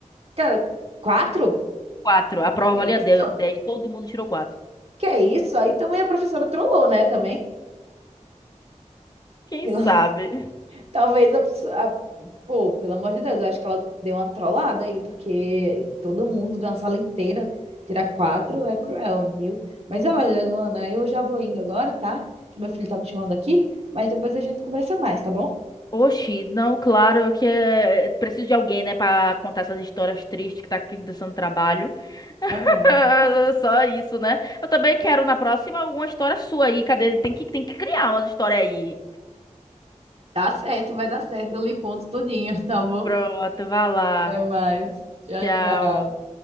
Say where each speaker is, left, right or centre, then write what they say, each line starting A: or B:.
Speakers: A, on the right; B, on the left.
A: cara, quatro?
B: Quatro. A prova
A: Que
B: valia
A: é isso?
B: de- dez. Todo mundo tirou quatro.
A: Que é isso? Aí também a professora trollou, né? Também.
B: Quem
A: Pelo-
B: sabe?
A: <laughs> Talvez a, pessoa- a- Pô, pelo amor de Deus, eu acho que ela deu uma trollada aí, porque todo mundo de uma sala inteira tirar quatro é cruel, viu? Mas olha, Luana, eu já vou indo agora, tá? Que meu filho tá me chamando aqui, mas depois a gente conversa mais, tá bom?
B: Oxi, não, claro que é... Preciso de alguém, né, pra contar essas histórias tristes que tá aqui dando trabalho. <laughs>
A: Ah,
B: Só isso, né? Eu também quero na próxima alguma história sua aí. Cadê? Tem que, tem que criar umas histórias aí.
A: tá certo, vai dar certo. Eu lhe conto tudinho, <laughs> tá bom?
B: Pronto, vai lá.
A: Até mais. Tchau,
B: Tchau.
A: tchau.